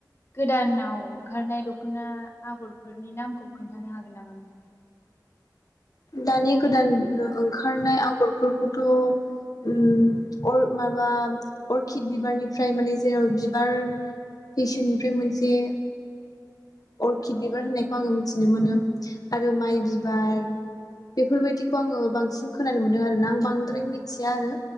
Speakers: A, on the left; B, on the left.
A: गोदानाव ओंखारनाय दख'ना आगरफोरनि नामखौ खोन्थानो हागोन नामा नों?
B: दानि गोदान ओंखारनाय आगरफोरखौथ' ओम अर माबा अर्खिद बिबारनिफ्राय माने जेराव बिबार फेसेननिफ्राय मोनसे ओ अर्किद
A: औ
B: बिबार होननायखौ आङो मिथि नुनो मोनो। आरो माइ
A: औ
B: बिबार बेफोरबायदिखौ आङो बांसिन खोनानो मोनदों आरोना आं बांद्राय मिथिया आरो